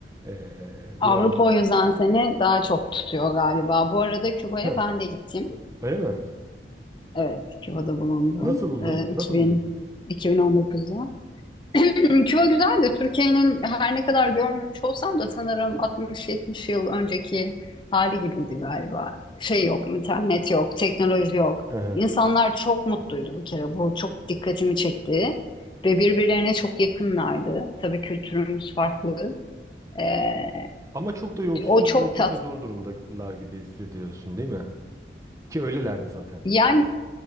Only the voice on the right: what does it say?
e,
biraz...
Hı,
öyle mi?
Nasıl buldun?
Nasıl
buldun Küba'yı?
<laughs>
Ama çok da yoksul
ve çok
da zor durumdalar gibi hissediyorsun, değil mi? Ki öylelerdi zaten.